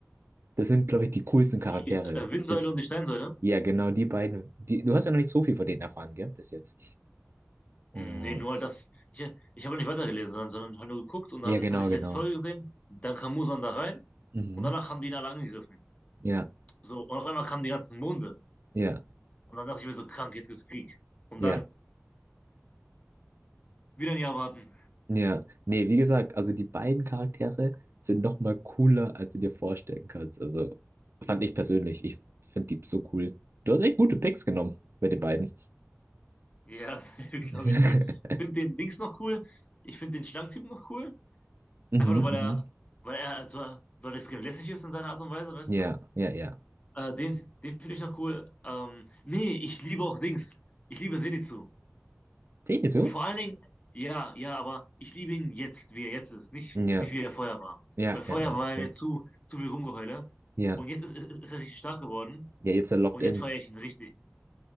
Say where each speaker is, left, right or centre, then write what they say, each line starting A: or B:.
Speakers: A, on the right (about 55°); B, on the left (about 30°).
A: Das sind, glaube ich, die coolsten Charaktere.
B: Die äh, Windsäule
A: Ist,
B: und die Steinsäule?
A: ja, genau, die beiden. Die, du hast ja noch nicht so viel von denen erfahren, gell, bis jetzt. Und,
B: Hm, Nee, nur halt das. Ich, ich habe nicht weitergelesen, sondern, sondern halt nur geguckt und
A: ja,
B: dann
A: genau,
B: habe ich
A: genau.
B: die letzte Folge gesehen. Dann kam Muzan da rein
A: Mhm.
B: und danach haben die ihn alle angegriffen.
A: Ja,
B: So, und auf einmal kamen die ganzen Monde.
A: ja,
B: Und dann dachte ich mir so, krank, jetzt gibt's Krieg. Und
A: ja.
B: dann wieder ein Jahr warten.
A: Ja, nee, wie gesagt, also die beiden Charaktere sind noch mal cooler, als du dir vorstellen kannst. Also fand ich persönlich, ich finde die so cool. Du hast echt gute Picks genommen bei den beiden.
B: Ja, <laughs>
A: <laughs>
B: glaube ich dir. Ich finde den Dings noch cool. Ich finde den Schlangentypen noch cool.
A: Mhm,
B: Einfach nur, weil
A: mhm.
B: er, weil er so, so halt extrem lässig ist in seiner Art und Weise, weißt
A: Ja,
B: du?
A: ja, ja.
B: Äh, den den finde ich noch cool. Ähm, nee, ich liebe auch Dings. Ich liebe Zenitsu.
A: Sehen die so?
B: Und vor allen Dingen, ja, ja, aber ich liebe ihn jetzt, wie er jetzt ist. Nicht,
A: Ja,
B: nicht wie er vorher war.
A: ja,
B: Weil vorher
A: ja, ja,
B: war
A: okay.
B: er zu, zu viel Rumgeheule.
A: Ja,
B: Und jetzt ist, ist, ist er richtig stark geworden.
A: ja, jetzt er locked
B: Und jetzt
A: in.
B: feiere ich ihn richtig.